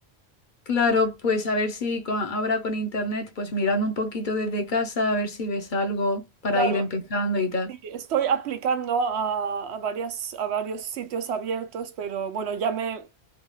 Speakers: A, on the left; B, on the right.
A: claro, pues a ver si co- ahora con internet, pues mirando un poquito desde casa, a ver si ves algo para
B: Claro,
A: ir empezando y tal.
B: sí, estoy aplicando a, a varias, a varios sitios abiertos, pero bueno, ya me,